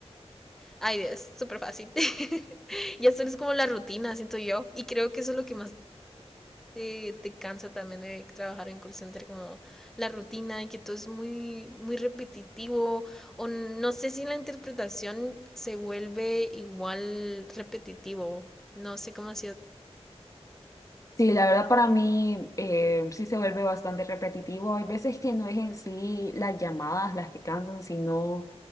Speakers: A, in the centre; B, on the left (about 30°).
A: ay, es súper fácil. <laughs> Ya solo es como la rutina, siento yo, y creo que eso es lo que más te, te cansa también de trabajar en call center como la rutina y que todo es muy, muy repetitivo o no sé si la interpretación se vuelve igual repetitivo, no sé cómo ha sido.
B: Sí, la verdad para mí eh, sí se vuelve bastante repetitivo. Hay veces que no es en sí las llamadas las que cansan, sino